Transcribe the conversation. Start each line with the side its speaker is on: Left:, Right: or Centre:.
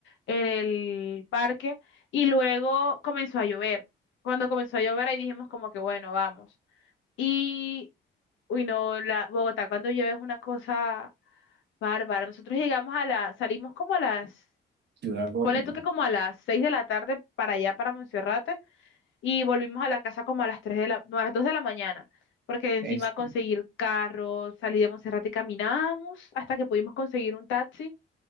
Left: en el parque y luego comenzó a llover. Cuando comenzó a llover ahí dijimos como que bueno, vamos. Y, uy, no, la, Bogotá cuando llueve es una cosa bárbara. Nosotros llegamos a la, salimos como a las,
Right: Ciudad gótica.
Left: ponle tú que como a las seis de la tarde para allá, para Monserrate y volvimos a la casa como a las 3 de la, no, a las 2 de la mañana, porque encima
Right: Es-
Left: conseguir carros, salí de Monserrate y caminamos hasta que pudimos conseguir un taxi,